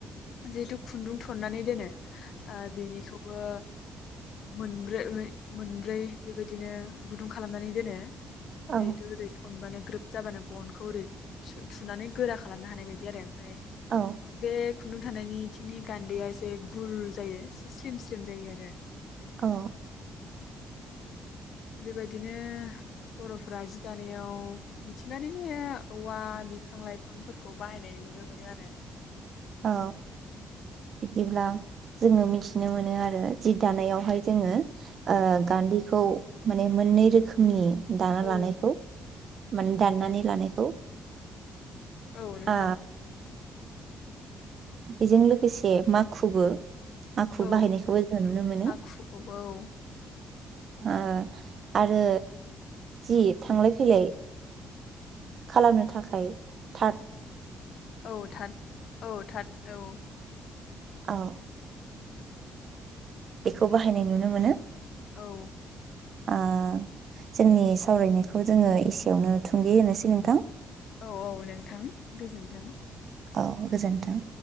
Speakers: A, on the left; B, on the right.
A: जिहेतु खुन्दुं थुननानै दोनो ओ बेनिखौबो मोनब्रो ङै मोनब्रै बेबायदिनो गुदुं खालामनानै दोनो।
B: औ
A: जिहेथु जेरै थनबानो ग्रोब जाबानो गनखौ ओरै सु थुनानै गोरा खालामनो हानाय बायदि आरो। फाय
B: औ
A: बे खुन्दुं थानायनिथिंनि गान्दैया एसे गुल जायो से स्लिम स्लिम जायो आरो।
B: औ
A: बेबायदिनो बर'फोरा जि दानायाव मिथिंगानिनो औवा बिफां लायफांफोरखौ बाहायनाय नुनो मोनो आरो।
B: औ बिदिब्ला जोङो मिथिनो मोनो आरो जि दानायावहाय जोङो ओ गान्दैखौ माने मोननै रोखोमनि दाना
A: औ
B: लानायखौ। माने दाननानै लानायखौ।
A: औ नोंथां।
B: आ बेजों लोगोसे माखुबो। माखु
A: औ
B: बाहायनायखौबो जों नुनो मोनो।
A: आखुखौबो औ
B: ओ आरो जि थांलाय फैलाय खालामनो थाखाय थाद
A: औ थाद -औ थाद औ
B: औ बेखौ बाहायनाय नुनो मोनो।
A: औ
B: ओ जोंनि सावरायनायखौ जोंङो एसेयावनो थुंगे होनोसै नोंथां।
A: औ औ नोंथां गोजोन्थों
B: औ गोजोन्थों।